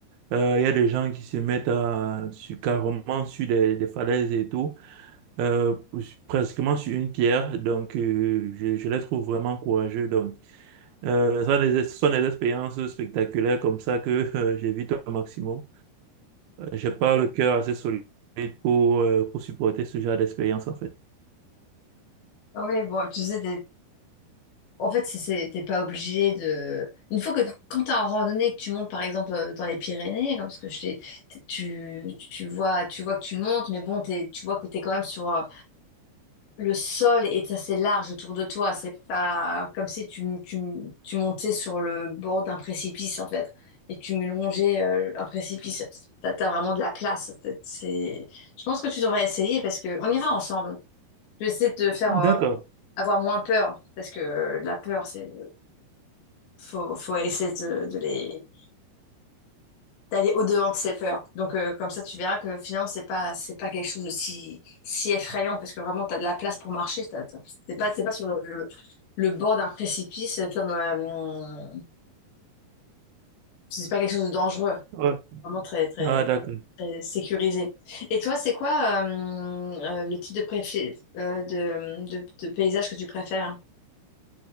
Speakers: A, on the right; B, on the left.
A: Euh, Il y a des gens qui se mettent à, sur, carrément sur des, des falaises et tout, euh, presquement sur une pierre. Donc, euh, je, je les trouve vraiment courageux. Donc, euh, ce sont des, ce sont des expériences spectaculaires comme ça que <laughs> euh, j'évite au maximum. J'ai pas le cœur assez solide pour, euh, pour supporter ce genre d'expérience, en fait.
B: Ah Oui, bon, tu sais, En fait, c'est, c'est- t'es pas obligé de. Une fois que quand t'es en randonnée, que tu montes par exemple euh, dans les Pyrénées, comme ce que je t'ai, t'es- tu, tu vois, tu vois que tu montes, mais bon, t'es- tu vois que t'es quand même sur euh, le sol et c'est assez large autour de toi. C'est pas comme si tu, tu, tu montais sur le bord d'un précipice en fait et que tu me longeais euh, un précipice. T'as, t'as vraiment de la place. C'est, c'est- je pense que tu devrais essayer parce que on ira ensemble. Je vais essayer de te faire euh,
A: D'accord.
B: avoir moins peur parce que euh, la peur, c'est faut, faut essayer de, de les d'aller au-devant de ses peurs. Donc euh, comme ça tu verras que finalement c'est pas c'est pas quelque chose de si si effrayant parce que vraiment tu as de la place pour marcher, t'as- t'as- c'est pas c'est pas sur le, le, le bord d'un précipice comme euh, c'est pas quelque chose de dangereux,
A: Ouais.
B: vraiment très très
A: Ah, d'accord.
B: très sécurisé. Et toi, c'est quoi euh, euh, le type de, préfi- euh, de, de, de paysage que tu préfères?